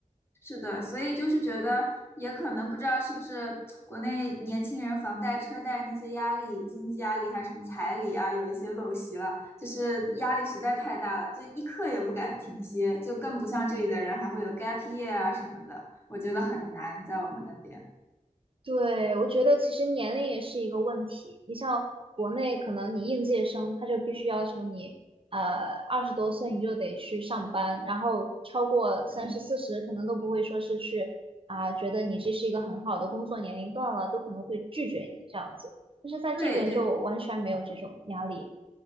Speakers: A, on the left; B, on the right.
A: 是的，所以就是觉得，也可能不知道是不是国内年轻人房贷、车贷那些压力、经济压力还是什么彩礼啊，有一些陋习了，就是压力实在太大了，就一刻也不敢停歇，就更不像这里的人还会有 gap year 啊什么的，我觉得很难在我们那边。
B: 对，我觉得其实年龄也是一个问题。你像国内，可能你应届生他就必须要求你，呃，二十多岁你就得去上班，然后超过三十四十，
A: 嗯，
B: 可能都不会说是去啊、觉得你这是一个很好的工作年龄段了，都可能会拒绝你这样子。但是在这边就完全没有这种压力。
A: 对对，